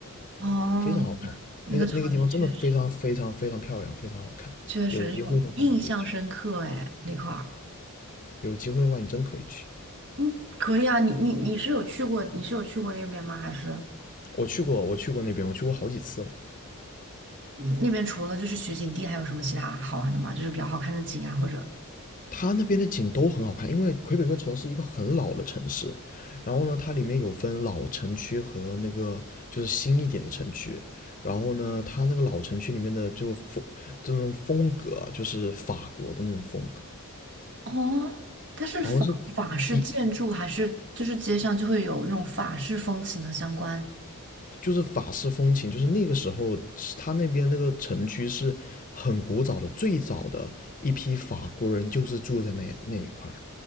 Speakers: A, on the right; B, on the left.
A: 哦，
B: 非常好看。
A: 那个场景确实
B: 那个那个地方真的非常非常非常漂亮，非常好看。
A: 确实有印象深刻哎，
B: 有机会的话你可以去，
A: 那块儿。
B: 有机会的话你真可以去。
A: 嗯，可以啊，你你你是有去过，你是有去过那边吗？还是嗯
B: 我去过，我去过那边，我去过好几次了。
A: 那边除了就是取景地，还有什么其他好玩的吗？就是比较好看的景啊，或者
B: 它那边的景都很好看，因为魁北克城是一个很老的城市，然后呢，它里面有分老城区和那个就是新一点的城区，然后呢，它那个老城区里面的就风这种风格啊就是法国的那种风格，
A: 哦，它是法法式建筑，
B: 然后是一
A: 还是就是街上就会有那种法式风情的相关？
B: 就是法式风情，就是那个时候是它那边那个城区是很古早的，最早的一批法国人就是住在那那一块儿，